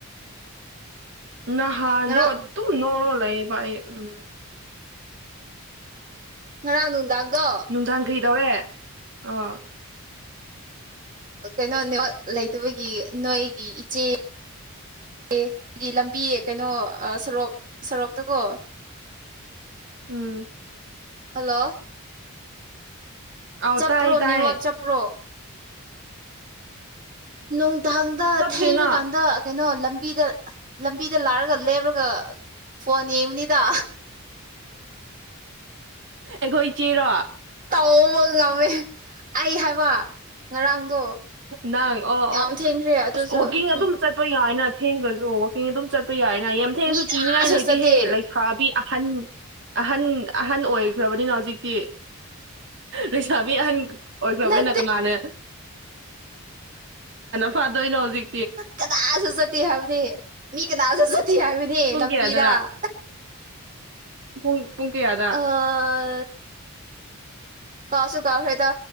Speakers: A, on the right; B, on the right.
A: ꯅꯍꯥꯟꯗꯣ
B: ꯉꯔꯥꯡ
A: ꯑꯗꯨꯝ ꯅꯣꯑ ꯅꯣꯑ ꯂꯩꯌꯦꯕ ꯑꯩ ꯎꯝ
B: ꯉꯔꯥꯡ ꯅꯨꯡꯗꯥꯡꯗꯣ
A: ꯅꯨꯡꯗꯥꯡ ꯀꯔꯤꯗꯧꯔꯦ ꯑꯣ
B: ꯀꯩꯅꯣꯅꯦ ꯍꯣꯢ ꯂꯩꯇꯕꯒꯤ ꯅꯣꯢꯒꯤ ꯏꯆꯦ ꯑꯦ ꯁꯤꯒꯤ ꯂꯝꯕꯤ ꯀꯩꯅꯣ ꯁꯣꯔꯣꯛ ꯁꯔꯣꯛꯇꯀꯣ
A: ꯎꯝ
B: ꯍꯜꯂꯣ
A: ꯑꯥꯎ
B: ꯆꯞꯄ꯭ꯔꯣ
A: ꯇꯥꯏꯌꯦ ꯇꯥꯏꯌꯦ
B: ꯅꯦꯋ꯭ꯔꯛ ꯆꯞꯄ꯭ꯔꯣ ꯅꯨꯡꯗꯥꯡꯗ
A: ꯆꯞꯇꯦꯅ
B: ꯊꯩꯔꯀꯥꯟꯗ ꯀꯩꯅꯣ ꯂꯝꯕꯤꯗ ꯂꯝꯕꯤꯗ ꯂꯥꯛꯔꯒ ꯂꯦꯞꯔꯒ ꯐꯣꯟ ꯌꯦꯡꯕꯅꯤ ꯗꯥ
A: ꯑꯩꯈꯣꯏ ꯏꯆꯦꯔꯣ
B: ꯇꯧꯕ ꯉꯝꯃꯦ ꯑꯩ ꯍꯥꯏꯕ ꯉꯔꯥꯡꯗꯣ
A: ꯅꯪ ꯑꯣ
B: ꯌꯥꯝ
A: ꯑꯣ
B: ꯊꯦꯡꯈ꯭ꯔꯦ ꯑꯗꯨꯁꯨ
A: ꯑꯁ ꯋꯥꯛꯀꯤꯡ ꯑꯗꯨꯝ
B: ꯎꯝ
A: ꯆꯠꯄ ꯌꯥꯏꯅ ꯊꯦꯡꯈ꯭ꯔꯁꯨ ꯋꯛꯀꯤꯡ ꯑꯗꯨꯝ ꯆꯠꯄ ꯌꯥꯏꯅ ꯌꯥꯝ ꯊꯦꯡꯉꯁꯨ
B: ꯃꯤ ꯀꯅꯥꯁꯨ
A: ꯀꯤꯅꯤꯡꯉꯥꯏ ꯂꯩꯇꯦꯍꯦ
B: ꯆꯠꯇꯦ
A: ꯂꯩ ꯁꯥꯕꯤ ꯑꯍꯟ ꯑꯍꯟ ꯑꯍꯟ ꯑꯣꯏꯈ꯭ꯔꯕꯅꯤꯅ ꯍꯧꯖꯤꯛꯇꯤ ꯂꯩꯁꯥꯕꯤ ꯑꯍꯟ ꯑꯣꯏꯈ꯭ꯔꯕꯅꯤꯅ
B: ꯅꯠꯇꯦ
A: ꯀꯅꯥꯅ ꯐꯥꯗꯣꯏꯅꯣ ꯍꯧꯖꯤꯛ
B: ꯀꯅꯥꯁꯨ ꯆꯠꯇꯦ ꯍꯥꯏꯕꯅꯦ ꯃꯤ ꯀꯅꯥꯁꯨ ꯆꯠꯇꯦ ꯍꯥꯏꯕꯅꯦ
A: ꯄꯨꯡ
B: ꯂꯝꯕꯤꯗ
A: ꯀꯌꯥꯗꯔꯥ
B: <inaudible>
A: ꯄꯨꯡ ꯄꯨꯡ ꯀꯌꯥꯗ
B: ꯑꯥ ꯀꯥꯎꯁꯨ ꯀꯥꯎꯈ꯭ꯔꯦꯗ